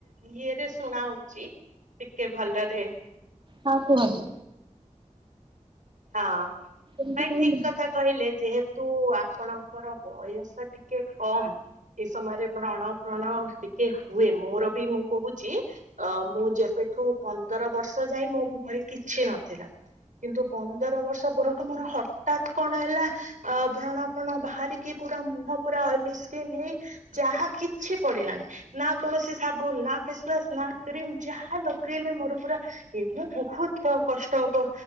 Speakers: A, on the right; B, on the right.
A: ଇଏରେ ଶୁଣା ହଉଛି ଟିକେ ଭଲରେ
B: ହଁ କୁହନ୍ତୁ
A: ହଁ
B: <inaudible>
A: ନାଇଁ ଠିକ କଥା କହିଲେ ଯେହେତୁ ଆପଣଙ୍କର ବୟସ ଟିକେ କମ୍ ଏଇ ସମୟରେ ବ୍ରଣ ଫ୍ରଣ ଟିକେ ହୁଏ ମୋର ବି ମୁଁ କହୁଚି ଅ ମୁଁ ଯେବେଠୁ ପନ୍ଦର ବର୍ଷ ଯାଏ ମୋ ମୁହଁରେ କିଛି ନଥିଲା କିନ୍ତୁ ପନ୍ଦର ବର୍ଷ ପରଠୁ ମୋର ହଟାତ୍ କଣ ହେଲା ଆଉ ବ୍ରଣ ଫ୍ରଣ ବାହାରିକି ପୁରା ମୁହଁ ପୁରା ଅଏଲି ସ୍କିନ୍ ହେଇ ଯାହା କିଛି ପଡିଲାନି। ନା କୌଣସି ସାବୁନ୍ ନା ଫେସୱାସ୍ ନା କ୍ରିମ୍ ଯାହା ଲଗେଇଲେ ମୋର ପୁରା ଇଏ ମୁଁ ବୋହୁତ କ କଷ୍ଟ କ